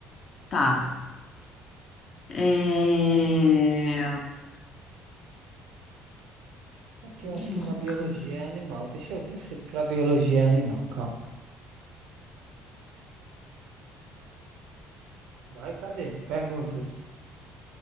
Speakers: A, on the left; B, on the right.
A: Tá. É...
B: Aqui eu
A: Minhocas.
B: acho que na biologia é animal. Deixa eu ver se pra biologia é animal. Calma. Vai, cadê? Perguntas.